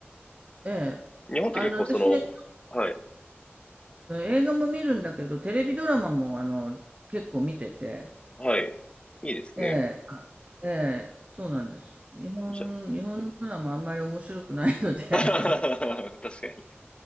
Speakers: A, on the right; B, on the left.
A: えー、
B: 日本って結構その、
A: あの、私ね、
B: はい。
A: 映画も見るんだけど、テレビドラマもあの結構見てて、
B: はい。いいですね。
A: ええ、ええ、そうなんです。日本、
B: じゃ、
A: 日本のドラマあんまり面白くないので、
B: <laughs>
A: <laughs>
B: 確かに。